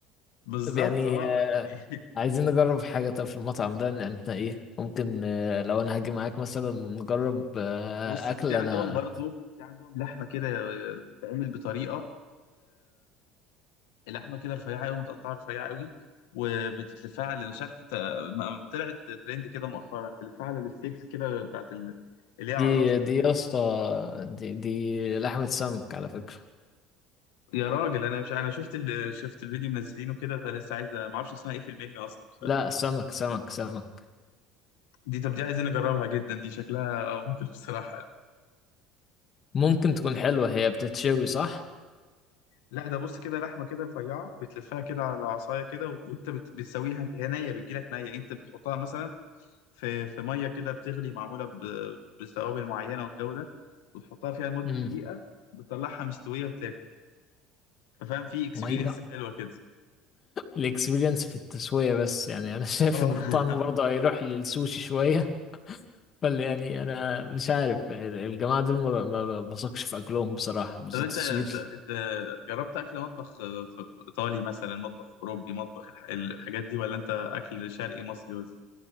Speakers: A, on the left (about 85°); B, on the left (about 40°).
A: بالظبط
B: طب يعني
A: اه
B: آه،
A: يعني
B: عايزين نجرب حاجة طب في المطعم ده يعني احنا ايه ممكن آه، لو انا هاجي معاك مثلا نجرب آه،
A: <laughs> بص
B: اكل
A: في عندهم
B: انا
A: برضو في عندهم لحمه كده بتتعمل بطريقه اللحمه كده رفيعه قوي متقطعه رفيعه قوي وبتتلفها على مش عارف انت م- طلعت ترند كده مؤخرا تلفها على الستيكس كده بتاعت ال... اللي
B: دي
A: هي العصيان
B: دي يا
A: الاكل
B: اسطى
A: دي
B: دي دي لحمة سمك على فكرة
A: يا راجل انا مش انا شفت ال... شفت الفيديو منزلينه كده فلسه عايز ما اعرفش اسمها ايه في المنيو اصلا
B: لا سمك سمك سمك
A: دي طب دي عايزين نجربها جدا دي شكلها آه، ممكن بصراحه
B: ممكن تكون حلوة هي بتتشوي صح؟
A: لا ده بص كده لحمه كده رفيعه بتلفها كده على عصايه كده وانت بت... بتسويها انت هي نيه بتجيلك نيه انت بتحطها مثلا في في ميه كده بتغلي معموله ب- بتوابل معينه والجو ده وتحطها فيها لمده
B: امم
A: دقيقه بتطلعها مستويه بتاكل ففاهم في اكسبيرينس
B: مية
A: حلوه كده
B: الاكسبيرينس في التسوية بس يعني انا <laughs> شايف
A: اه
B: ان
A: <laughs>
B: الطعم برضه هيروح للسوشي شوية بل يعني انا مش عارف يعني الجماعه دول ما ب- ما بثقش في اكلهم بصراحه بالذات
A: طب انت
B: الصيف
A: انت أنت جربت اكل مطبخ في في ايطالي مثلا مطبخ اوروبي مطبخ الح- الحاجات دي ولا انت اكل شرقي مصري بس